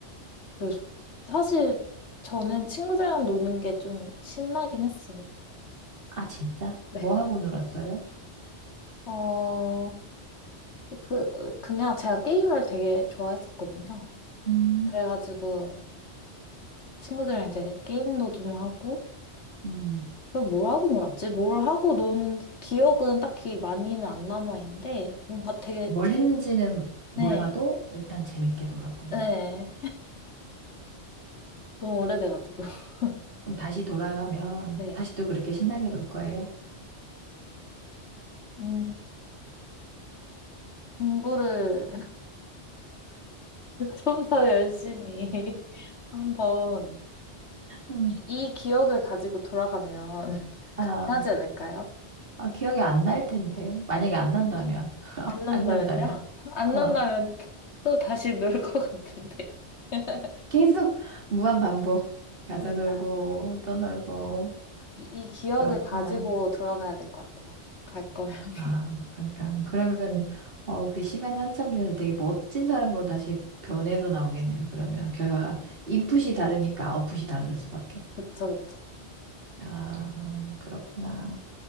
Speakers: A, on the left (about 70°); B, on the right (about 55°).
A: 그, 사실 저는 친구들이랑 노는 게 좀 신나긴 했어요.
B: 아, 진짜?
A: 네.
B: 뭐 하고 놀았어요?
A: 어, 그, 그냥 제가 게임을 되게 좋아했었거든요.
B: 음,
A: 그래가지고 친구들이랑 이제 게임도 좀 하고,
B: 음.
A: 그럼 뭘 하고 놀았지? 뭘 하고 논 기억은 딱히 많이는 안 남아있는데, 뭔가 되게,
B: 뭘
A: 재-
B: 했는지는 몰라도
A: 네,
B: 일단 재밌게 놀았군요.
A: 네. 너무 오래돼가지고. <laughs>
B: 그럼 다시 돌아가면
A: 네.
B: 다시 또 그렇게 신나게 놀 거예요?
A: 음, 공부를 <laughs> 좀 더 열심히 <laughs> 한번
B: 음,
A: 이, 이 기억을 가지고 돌아가면 <laughs>
B: 아,
A: 가능하지 않을까요?
B: 아, 기억이 안 날 텐데. 만약에 안 난다면,
A: 안 난다면요?
B: 안 난다면,
A: <laughs> 안
B: 어,
A: 난다면 또 다시 놀 것 같은데. <laughs>
B: 계속 무한 반복. 가서
A: 그니까요.
B: 놀고, 또 놀고,
A: 이, 이 기억을
B: 그렇구나.
A: 가지고 돌아가야 될 것 같아요. 갈 거면. <laughs>
B: 아, 그러니까. 그러면, 어, 그 시간이 한참 지나서 되게 멋진 사람으로 다시 변해서 나오겠네요. 그러면 결과가 인풋이 다르니까 아웃풋이 다를 수밖에.
A: 그쵸, 그쵸.
B: 아, 그렇구나.